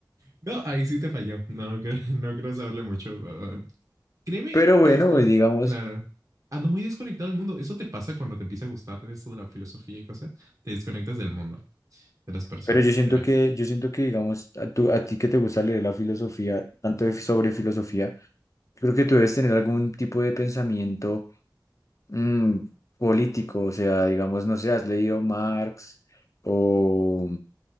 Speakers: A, on the right; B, on the left.
A: No, ahí sí te falló. No, creo- <laughs> no creo saberle mucho. Ah, créeme
B: pero bueno,
A: que es con.
B: pues digamos.
A: Claro. Ando muy desconectado del mundo. Eso te pasa cuando te empieza a gustar eso de la filosofía y cosas. Te desconectas del mundo, de las personas,
B: Pero yo siento
A: de la existencia.
B: que, yo siento que, digamos, a, tú- a ti que te gusta leer la filosofía, tanto de- sobre filosofía, creo que tú debes tener algún tipo de pensamiento mm, político, o sea, digamos, no sé, has leído Marx o,